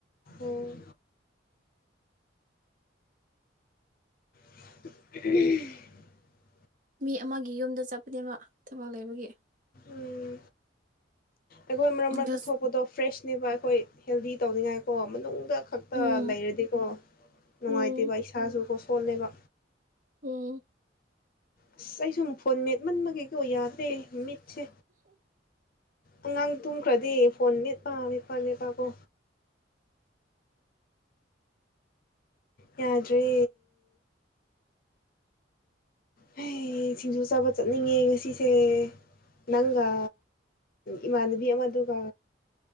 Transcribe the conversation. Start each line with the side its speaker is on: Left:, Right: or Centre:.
Left: ꯎꯝ <unintelligible>
Right: ꯃꯤ ꯑꯃꯒꯤ ꯌꯨꯝꯗ ꯆꯠꯄꯅꯦꯕ ꯊꯕꯛ ꯂꯩꯕꯒꯤ
Left: ꯎꯝ ꯑꯈꯣꯏ ꯃꯔꯛ ꯃꯔꯛꯇ
Right: ꯖꯁ
Left: ꯊꯣꯛꯄꯗꯣ ꯐ꯭ꯔꯦꯁꯅꯦꯕ ꯑꯈꯣꯏ ꯍꯦꯜꯗꯤ ꯇꯧꯅꯤꯡꯉꯥꯏ ꯀꯣ ꯃꯅꯨꯡꯗ ꯈꯛꯇ
Right: ꯎꯝ
Left: ꯂꯩꯔꯗꯤꯀꯣ ꯅꯨꯡꯉꯥꯏꯇꯦꯕ
Right: ꯎꯝ
Left: ꯏꯁꯥꯁꯨ ꯀꯣ ꯄꯣꯜꯂꯦꯕ
Right: ꯎꯝ
Left: ꯑꯁ ꯑꯩꯁꯨꯝ ꯐꯣꯟ ꯃꯦꯠꯃꯟꯕꯒꯤ ꯀꯣ ꯌꯥꯗ ꯇꯦ ꯃꯤꯠꯁꯦ ꯑꯉꯥꯡ ꯇꯨꯝꯈ꯭ꯔꯗꯤ ꯐꯣꯟ ꯃꯦꯠꯄꯥ ꯃꯦꯠꯄꯥ ꯃꯦꯠꯄꯥꯀꯣ ꯌꯥꯗ꯭ꯔꯦ ꯍꯩ ꯁꯤꯡꯖꯨ ꯆꯥꯕ ꯆꯠꯅꯤꯡꯉꯦ ꯉꯁꯤꯁꯦ ꯅꯪꯒ ꯏꯃꯥꯟꯅꯕꯤ ꯑꯃꯗꯨꯒ